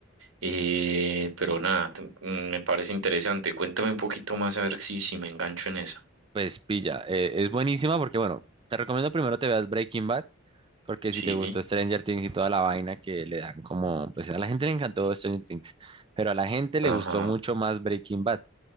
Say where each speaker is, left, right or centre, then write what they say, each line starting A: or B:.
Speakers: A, on the right; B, on the right.
A: Eh, pero nada, t- mm, me parece interesante. Cuéntame un poquito más a ver si, si me engancho en eso.
B: Pues pilla. eh, es buenísima porque, bueno, te recomiendo primero te veas Breaking Bad. Porque si
A: Sí,
B: te gustó Stranger Things y toda la vaina que le dan como, pues a la gente le encantó Stranger Things, pero a la gente le
A: ajá.
B: gustó mucho más Breaking Bad.